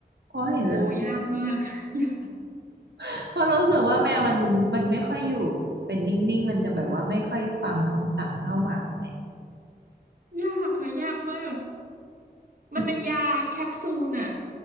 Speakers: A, on the right; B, on the right.
A: เพราะเห็นเวลา
B: โอ้ยากมาก <laughs> ยาก
A: <laughs> เพราะรู้สึกว่าแมวมันมันไม่ค่อยอยู่เป็นนิ่งๆมันจะแบบว่าไม่ค่อยฟังคำสั่งเท่าหมาไหม
B: ยากค่ะยากมาก
A: มัน
B: มันเป็นยาแคปซูลอะ